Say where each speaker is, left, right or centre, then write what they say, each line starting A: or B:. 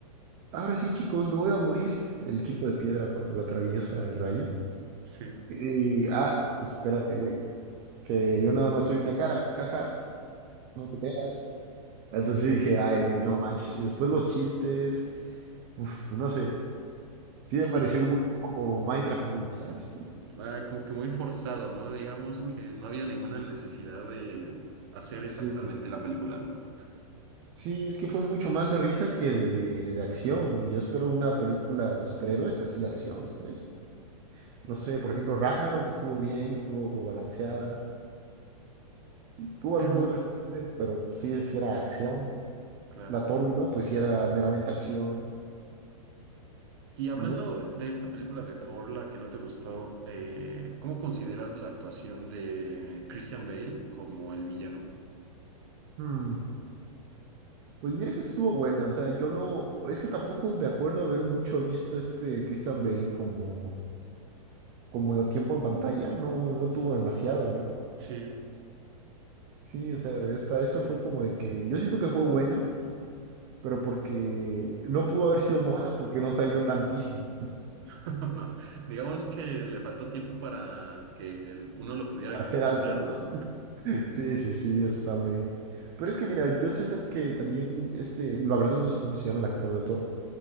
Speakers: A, on the right (about 25°); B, on the right (about 40°).
A: Ahora sí, chicos, me voy a morir. El chico de piedra cuando lo atraviesa el rayo.
B: Sí.
A: Y, ah, pues, espérate, güey, que yo nada más soy una cara, jaja, no te creas. Entonces sí dije, ay, güey, no manches. Y después los chistes, uf, no sé. Sí me
B: Sí,
A: pareció muy como Minecraft Movie, ¿sabes?
B: ah, como que muy forzado, ¿no? Digamos
A: Ujú.
B: que no había ninguna necesidad de hacer
A: Sí.
B: exactamente la película, ¿no?
A: Sí, es que fue mucho más de risa que de, de acción. Y yo espero una película de superhéroes así, acción, ¿sabes? No sé, por ejemplo, Ragnarok estuvo bien, estuvo balanceada. Tuvo
B: Pero
A: alguno que otro chiste, pero sí, sí era acción.
B: Claro.
A: La Thor uno pues sí era meramente acción.
B: Y hablando
A: Y no s-
B: de esta película de Thor, la que no te gustó, eh, ¿cómo consideras la actuación de Christian Bale como el villano?
A: hmm, Pues mira que estuvo buena. O sea, yo no. Es que tampoco me acuerdo haber mucho visto este Christian Bale como, como tiempo en pantalla. No, no tuvo demasiado, ¿no?
B: Sí.
A: Sí, o sea, esta, eso fue como de que yo siento que fue buena, pero porque no pudo haber sido mala porque no salió tantísimo
B: <laughs> Digamos que le faltó tiempo para que el- uno lo pudiera
A: para
B: criticar,
A: hacer algo, ¿no?
B: ¿no?
A: <laughs> Sí, sí, sí, eso también. Pero es que mira, yo siento que también este, la verdad no sé cómo se llama el actor de Thor,